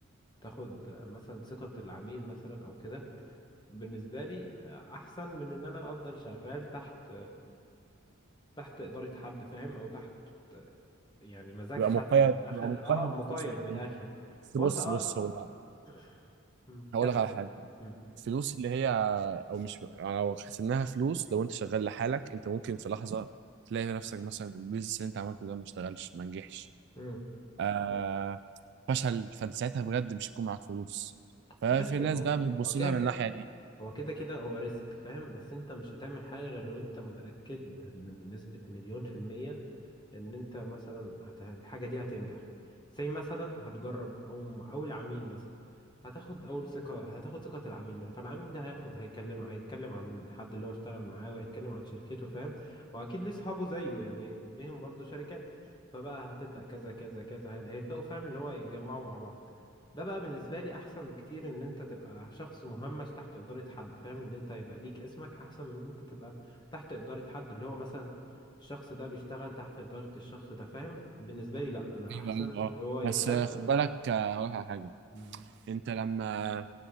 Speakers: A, on the left (about 20°); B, on the right (about 55°).
A: تاخد مثلا ثقة العميل مثلا او كده بالنسبة لي احسن من ان انا افضل شغال تحت تحت ادارة حد فاهم او تحت يعني مزاج
B: بيبقى
A: حد
B: مقيد
A: من الاخر
B: بيبقى مقيد
A: اه مقيد
B: بفلوس من الناس.
A: من الاخر
B: بس
A: هو
B: بص
A: انت اه
B: بص
A: آه،
B: هو
A: <clears throat> آه. مم،
B: هقول
A: كمل
B: لك على
A: كمل
B: حاجه
A: مم،
B: الفلوس اللي هي او مش يعني لو حسبناها فلوس لو انت شغال لحالك انت ممكن في لحظه تلاقي نفسك مثلا البيزنس اللي انت عملته ده ما اشتغلش ما نجحش
A: مم.
B: آه فشل فانت ساعتها بجد مش هيكون معاك فلوس ففي
A: ماشي
B: ناس
A: هو
B: بقى بتبص
A: هو كده
B: لها من
A: كده
B: الناحيه دي
A: هو كده كده هو ريسك فاهم بس انت مش هتعمل حاجة غير وانت متأكد بنسبة مليون في المية ان انت مثلا هت... الحاجة دي هتنجح زي مثلا هتجرب او اول عميل مثلا هتاخد اول ثقة هتاخد ثقة العميل ده فالعميل ده هياخد هيكلم هيتكلم عن الحد اللي هو اشتغل معاه وهيتكلم عن شركته فاهم واكيد ليه اصحابه زيه يعني ليهم برضه شركات فبقى هتبدأ كذا كذا كذا هيبدأوا فاهم اللي هو يتجمعوا مع بعض ده بقى بالنسبة لي أحسن بكتير إن أنت تبقى شخص مهمش تحت إدارة حد فاهم إن أنت يبقى ليك اسمك أحسن من إن أنت تبقى تحت إدارة حد اللي هو مثلا الشخص ده بيشتغل تحت إدارة الشخص ده فاهم بالنسبة لي لأ أنا
B: ايوه
A: أحسن
B: ايوه
A: اللي
B: اه
A: هو يتقال
B: بس آه، خد بالك آه، هقول لك على حاجه
A: مم.
B: انت لما